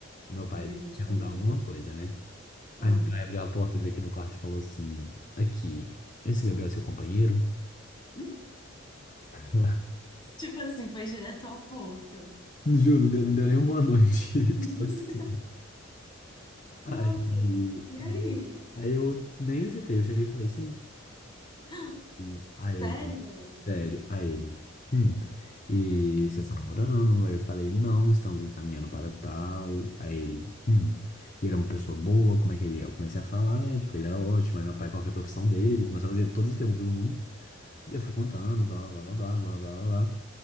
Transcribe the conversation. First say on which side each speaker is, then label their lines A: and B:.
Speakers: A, on the left; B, on the left.
A: o meu pai
B: Ele veio te
A: perguntar
B: perguntar.
A: alguma coisa, né?
B: Oh.
A: Aí meu pai abriu a porta, veio aqui no quarto e falou assim: Aqui, esse Gabriel é seu companheiro?
B: <laughs>
A: <laughs>
B: Tipo assim, foi direto ao ponto.
A: Juro, não deu, não deu nem uma boa noite. <laughs> Tipo
B: <laughs>
A: assim. Aí,
B: Nossa, e
A: aí,
B: aí?
A: aí eu nem hesitei, eu cheguei e falei: Sim.
B: <gasps>
A: E a ele,
B: Sério?
A: sério, a ele. Hum. E você está namorando? Aí eu falei, não, estamos encaminhando para tal. A ele, hum. E ele é uma pessoa boa, como é que ele é? Eu comecei a falar, tipo, ele era ótimo. Aí meu pai, qual que é a profissão dele? Começou a fazer todas as perguntas do mundo. E eu fui contando, blá, blá, blá, blá, blá, blá, blá. blá.